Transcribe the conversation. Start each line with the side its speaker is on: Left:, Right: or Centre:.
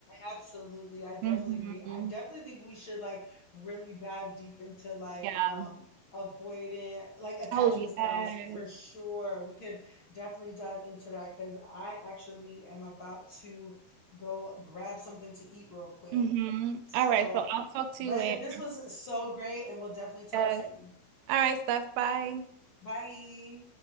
Left: Absolutely. I definitely
Right: hmm
Left: agree. I definitely think we should like really dive deep into like
Right: Yeah.
Left: um avoidant like attachment
Right: Oh, yes.
Left: styles for sure. We could definitely dive into that because I actually am about to go grab something to eat real quick.
Right: Mm-hmm.
Left: So,
Right: All right, so I'll talk to
Left: but
Right: you later.
Left: uh, this was so great and we'll definitely talk
Right: Yes.
Left: soon.
Right: All right, Steph, bye.
Left: Bye.